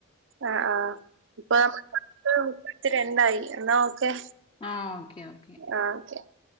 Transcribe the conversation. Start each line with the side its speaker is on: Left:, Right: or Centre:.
Right: ആഹ് ആഹ് ഇപ്പൊ നമ്മ പത്ത് രണ്ടായി എന്നാ ഓക്കെ.
Left: ആഹ് ഓക്കെ ഓക്കെ.
Right: ആഹ് <unintelligible>